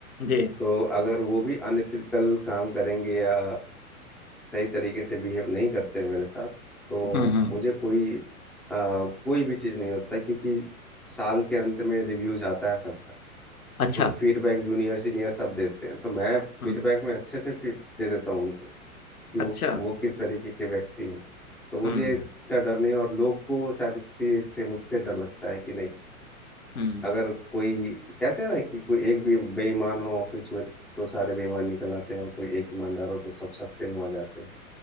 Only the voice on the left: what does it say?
जी
हम्म हम्म
अच्छा
हम्म
अच्छा
हम्म
हम्म